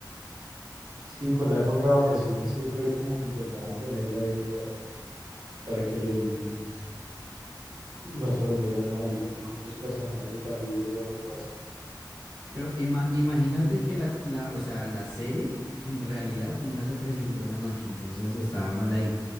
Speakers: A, on the right; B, on the left.
A: Sí, por la época de vacaciones siempre como que intentaban ponerla ahí para, para que los niños no se volvieran malos, así como los personajes de Pandillas, Guerra y Paz.
B: Pero ima- imagínate que la, la- o sea, la serie en realidad nunca se presentó en la noche, entonces estaba mal ahí.